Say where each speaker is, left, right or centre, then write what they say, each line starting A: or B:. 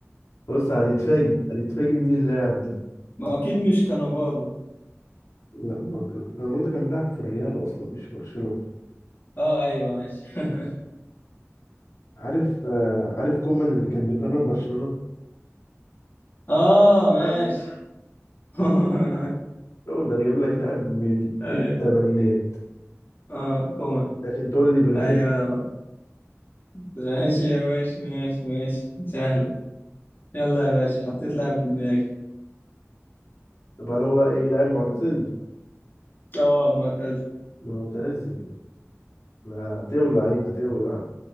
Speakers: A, on the left; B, on the left.
A: بص هتتفاجئ هتتفاجئ مين اللاعب ده
B: ما هو اكيد مش كانافارو
A: لا ما كان كان برضه كان بيلعب في الريال أصلا مش في برشلونة
B: اه ايوه ماشي <laughs>
A: عارف آه، عارف كومان اللي كان بيدرب برشلونة
B: اه ماشي
A: عارف؟
B: <laughs>
A: هو ده أنا جايب لك لاعب من
B: ايوه
A: الثمانينات
B: اه كومان
A: لكن تقول لي بنوتين
B: ايوه ده بقى ماشي يا باشا ماشي ماشي سهل يلا يا باشا حطيت لاعب في دماغي
A: طب هل هو ايه لاعب معتزل
B: اه معتز
A: معتزل ما هتولع ايه هتولع